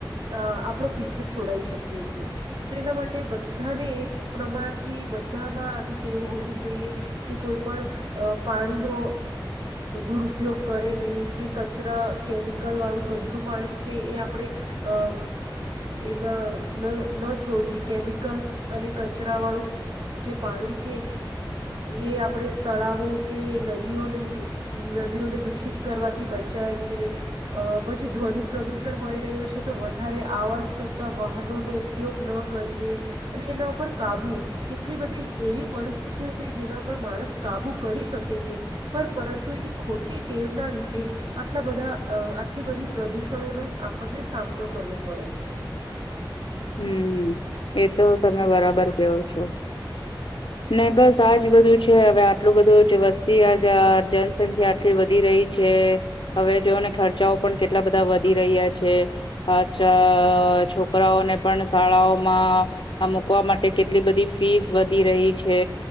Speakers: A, on the right (about 70°); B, on the left (about 80°).
A: અ આપણો પીછો છોડાઈ શકીએ છીએ તો એના માટે બધાને એક પ્રમાણથી બધામાં આવી ટેવ હોવી જોઈએ કે કોઈ પણ પાણી નો દુરુપયોગ કરે નહીં કે કચરા કેમિકલ વાળું ગંદુ પાણી છે એ આપણેે અ એમાં ન છોડીએ કેમિકલ અને કચરા વાળું જે પાણી છે એ આપણે તળાવો કે નદીઓની નદીઓને દૂષિત કરવાથી બચાવીએ અ પછી ધ્વનિ પ્રદુષણ હોય રહ્યો છે તો વધારે આવાજ કરતા વાહનોનો ઉપયોગ ન કરી અને એના ઉપ કાબુ કેટલી બધી એવી પરિસ્થિતિઓ છે જેના પર માણસ કાબુ કરી શકે છે પણ પરંતુ એની ખોટી ટેવ ના લીધે આટલા બધા અ આટલી બધી પ્રદૂષણોનો આપણને સામનો કરવો પડે છે
B: હમ એ તો તમે બરાબર કેવો છો
A: <inaudible>
B: નને બસ આજ બધું છે હવે આટલું બધું જ વસ્તી આજ જનસંખ્યા આટલી વધી રહી છે એ હવે જોને ખર્ચાઓ પણ કેટલા બધા વધી રહ્યા છે અછા છોકરાઓને પણ શાળાઓમાં આ મુકવા માટે કેટલી બધી ફીસ વધી રહી છે